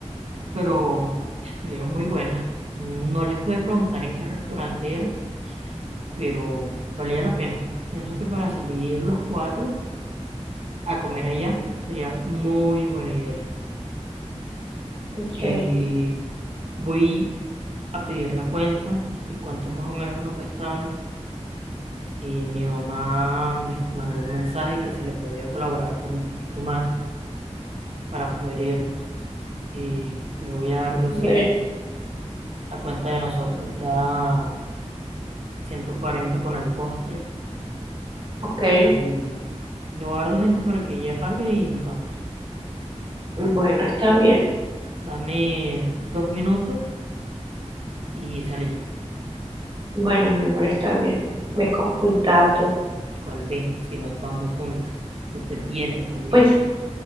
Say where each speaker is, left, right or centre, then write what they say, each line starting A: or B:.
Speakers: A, on the right; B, on the right.
A: pero estuvieron muy buenas. No les pude preguntar en qué restaurante era, pero valía la pena. Pienso que para salir los cuatro a comer allá sería muy buena idea.
B: Ok,
A: Y voy a pedir la cuenta de cuánto más o menos nos gastamos. Y mi mamá me mandó un mensaje que si le podía colaborar con un poquito más para poder irnos. Y le voy a dar doscientos
B: bueno,
A: La cuenta de nosotros da 140 con el postre.
B: ok.
A: Y, y le voy a dar 200 para que ella pague y nos vamos, ¿vale?
B: Bueno, está bien.
A: Dame dos minutos y salimos.
B: Bueno, mi amor, está bien.
A: Bueno,
B: Ve con cuidado.
A: cual ve, si nos vamos juntas, tú te vienes conmigo.
B: Pues,